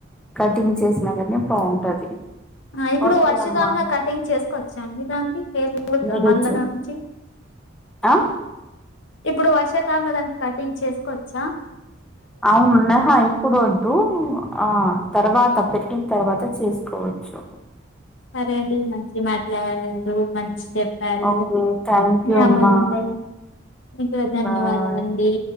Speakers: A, in the centre; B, on the left.
A: కటింగ్ చేసినా గాని బాగుంటది
B: ఆ ఇప్పుడు
A: ఓకే
B: వర్షకాలంలో
A: అమ్మా
B: కటింగ్ చేసుకోవచ్చాండి దాన్ని వేర్లు
A: మీరే
B: మళ్ళ
A: చే
B: దంచి
A: ఆ
B: ఇప్పుడు వర్షాకాలంలో దానికి కటింగ్ చేసుకోచ్చా
A: అవునున్నా హ ఇప్పుడు వద్దు ఆ తర్వాత పెరిగిన తర్వాత చేసుకోవచ్చు
B: సరే అండి మంచిగ మాట్లాడారు మంచి చెప్పారు
A: ఓకే థ్యాంక్
B: మీకుడా
A: యూ అమ్మా
B: ధన్యవాదాలండి
A: బాయ్